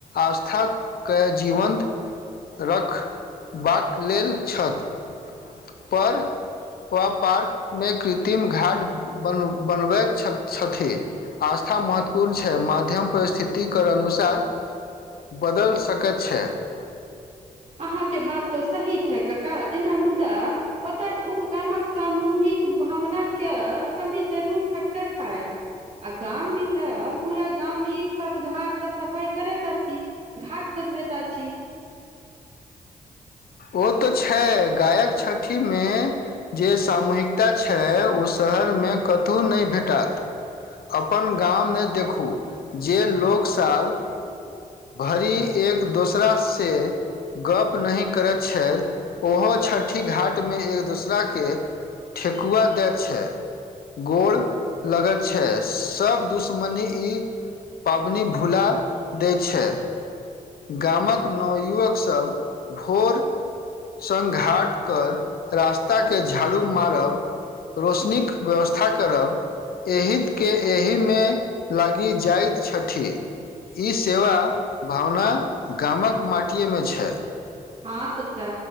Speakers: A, on the left; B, on the right.
A: आस्थाके जीवन्त रखबाक लेल छथ। पर व पार्कमे कृत्रिम घाट बन बनबैत छथ छथि। आस्था महत्वपूर्ण छै, माध्यम परिस्थितिकर अनुसार बदल सकैत छै।
B: अहाँके बात त सही छै कका, जेना मुदा ओतय ओ गामक सामूहिक भावना के कमी जरूर खटकैत है। आ गाम मे तऽ पूरा गाम एक साथ घाट क सफाई करैत अछि। घाट सजबैत आछि।
A: ओ तऽ छै, गायक छठिमे जे सामूहिकता छै, ओ शहरमे कतहु नै भेटत। अपन गाममे देखू, जे लोक साल भरी एक दोसरा से गप्प नहि करैत छै, ओहो छठि घाटमे एक दोसराके ठेकुआ दै छै, गोड़ लगैत छै। सब दुश्मनी ई पाबनि भुला दै छै। गामक नवयुवकसभ भोर सङ्घाट कर रास्ताके झाड़ू मारब रौशनीक व्यवस्था करब। एहितके एहिमे लागि जाइत छठी। ई सेवा भावना गामक माटियेमे छै।
B: हा चचा